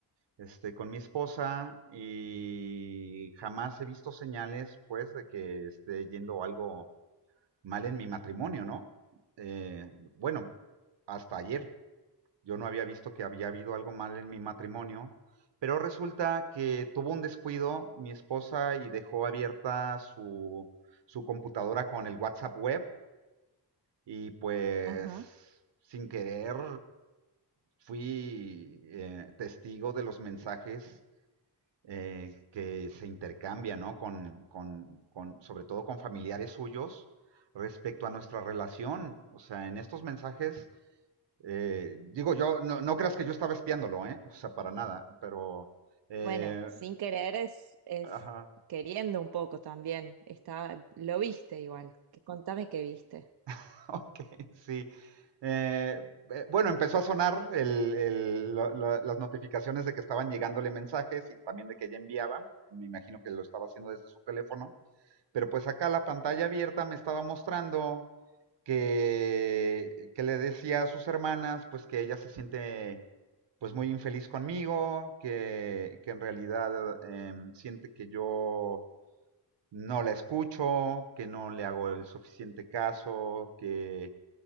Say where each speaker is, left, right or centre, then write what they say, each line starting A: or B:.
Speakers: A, on the right; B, on the right.
A: este, con mi esposa y jamás he visto señales, pues, de que esté yendo algo mal en mi matrimonio, ¿no? Eh, bueno, hasta ayer yo no había visto que había habido algo mal en mi matrimonio, pero resulta que tuvo un descuido mi esposa y dejó abierta su, su computadora con el WhatsApp web y pues
B: Ajá.
A: sin querer fui eh, testigo de los mensajes eh, que se intercambia, ¿no? Con, con, con, sobre todo con familiares suyos respecto a nuestra relación. O sea, en estos mensajes, eh, digo yo, no, no, creas que yo estaba espiándolo, ¿eh? O sea, para nada, pero... Eh,
B: Bueno, sin querer es, es
A: ajá,
B: queriendo un poco también. Está, lo viste igual. Que- Contame qué viste.
A: <laughs> ok, sí. Eh, eh, bueno, empezó a sonar el, el, la, la, las notificaciones de que estaban llegándole mensajes y también de que ella enviaba. Me imagino que lo estaba haciendo desde su teléfono. Pero pues acá la pantalla abierta me estaba mostrando que, que le decía a sus hermanas pues que ella se siente pues muy infeliz conmigo, que, que en realidad eh, siente que yo no la escucho, que no le hago el suficiente caso, que